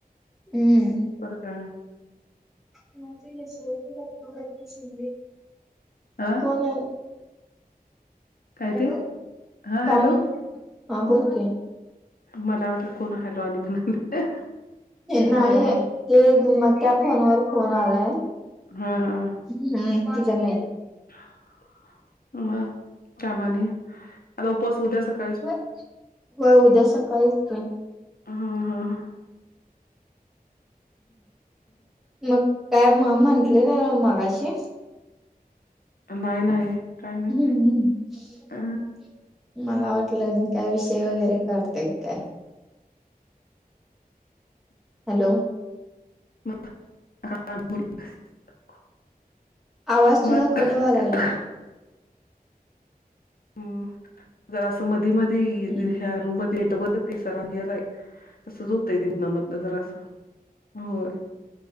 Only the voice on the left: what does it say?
बरं का?
हा
काय
ते हा
हॅलो
मला वाटलं आणि कोण हॅलो म्हणाले.
हा बोल
हा हा ह
हा कामाने आता उद्या उपास.
हम् हम ह
नाही नाही. काही नाही
अ
<unintelligible> मग
हम् जरा असं मधी मधी
ह्या रूम मध्ये नेटवर्क प्रिसर गेलाय. तसंच होतंय, मधलं जरा असं होय.